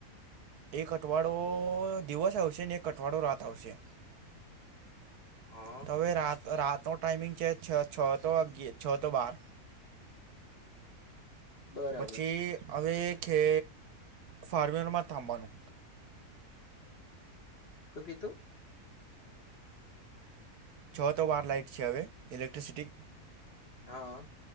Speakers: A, on the right; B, on the left.
A: એક અઠવાડો દિવસ આવશે, અને એક અઠવાડો રાત આવશે.
B: હા
A: તો હવે રાત-રાત તો ટાઈમિંગ છે, છ, છ તો વાગ્યે, છ તો બાર.
B: બરાબર
A: તો પછી હવે ખે ફાર્મરમાં થાંબવાનું
B: શું કીધું
A: છ તો બાર લાાઈટ છે હવે ઇલેક્ટ્રિસિટી
B: હા